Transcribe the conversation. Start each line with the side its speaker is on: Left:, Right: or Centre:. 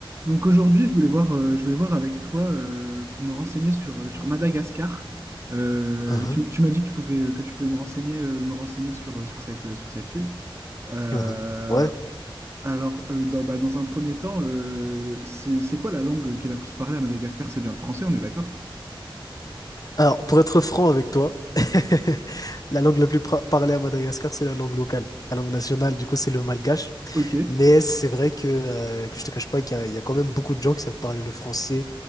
Right: Donc aujourd'hui, je voulais voir, euh, je voulais voir avec toi euh, pour me renseigner sur, euh, sur Madagascar. Euh,
Left: Uhum,
Right: tu, tu m'as dit que tu pouvais, euh, que tu pouvais me renseigner, euh, me renseigner sur, euh, sur cette, euh, sur cette île. Euh,
Left: uhum. Ouais.
Right: alors, euh, dans, bah, dans un premier temps, euh, c'est, c'est quoi la langue qui est la plus parlée à Madagascar? C'est bien le français, on est d'accord?
Left: Alors, pour être franc avec toi, <laughs> la langue la plus pra- parlée à Madagascar, c'est la langue locale. La langue nationale, du coup, c'est le malgache.
Right: Ok.
Left: Mais c'est vrai que, euh, que je te cache pas qu'il y a, il y a quand même beaucoup de gens qui savent parler le français,